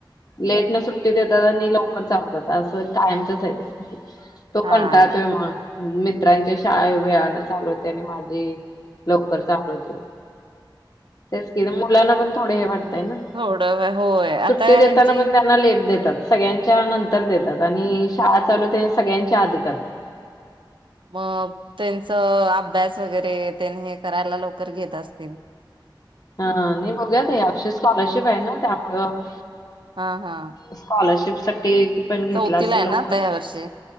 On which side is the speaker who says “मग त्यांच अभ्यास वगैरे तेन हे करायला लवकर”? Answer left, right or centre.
Right